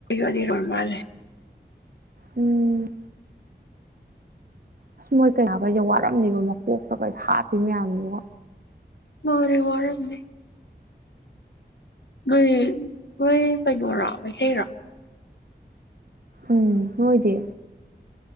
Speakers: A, on the left; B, on the right.
A: ꯑꯅꯤꯔꯛ ꯑꯣꯏ ꯃꯥꯜꯂꯦ
B: ꯎꯝ ꯑꯁ ꯃꯣꯏ ꯀꯩꯅꯥꯈꯩꯁꯦ ꯋꯥꯔꯝꯃꯤꯕ ꯃꯀꯣꯛꯇ ꯀꯩꯗ ꯍꯥꯞꯄꯤ ꯃꯌꯥꯝꯗꯨꯒ
A: ꯃꯥꯅꯦ ꯋꯥꯔꯝꯅꯤ ꯅꯣꯏ ꯍꯣꯏ ꯀꯩꯅꯣꯔꯥ ꯃꯩꯇꯩꯔ‌ꯣ
B: ꯎꯝ ꯅ‌ꯣꯏꯗꯤ